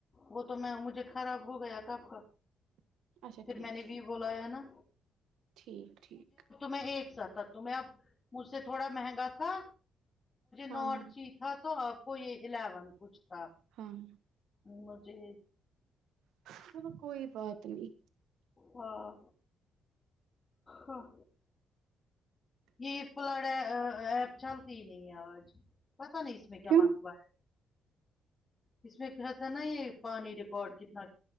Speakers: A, on the left; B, on the right.
A: وہ تو میں مجھے خراب ہو گیا کب
B: اچھا
A: پھر
B: ٹھیک
A: میں نے
B: ٹھیک
A: بھی بولایا ہے نا
B: ٹھیک ٹھیک
A: میں ایک سا تھا تمہیں اب مجھ سے تھوڑا مہنگا تھا
B: ہاں
A: نار
B: ہاں
A: تھری تھا تو آپ کو یہ الیون کچھ تھا
B: ہاں
A: مجھے
B: چلو کوئی بات نہیں
A: ہاں ہاں یہ فلڈ ایپ چلتی ہی نہیں ہے آج پتا نہیں اس میں کیا
B: کیوں
A: مسئلہ ہے اس میں کہ تھا نا یہ پانی ریکارڈ کتنا